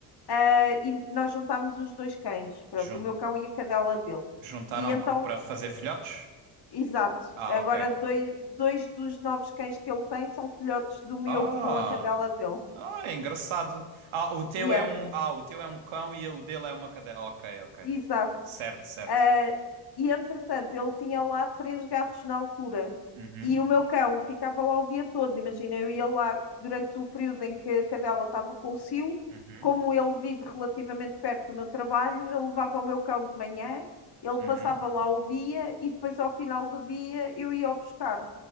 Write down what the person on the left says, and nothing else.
ah, e nós juntámos os dois cães, pronto,
o meu cão e a cadela dele.
E então,
exato,
agora
dois, dois dos novos cães que ele tem são filhotes do meu
com a cadela dele.
Yeah,
exato.
Ah, e entretanto, ele tinha lá três gatos na altura.
E o meu cão ficava lá o dia todo. Imagina, eu ia lá durante o período em que a cadela estava com o cio.
Como ele vive relativamente perto do meu trabalho, eu levava o meu cão de manhã, ele
passava lá o dia e depois, ao final do dia, eu ia o buscar.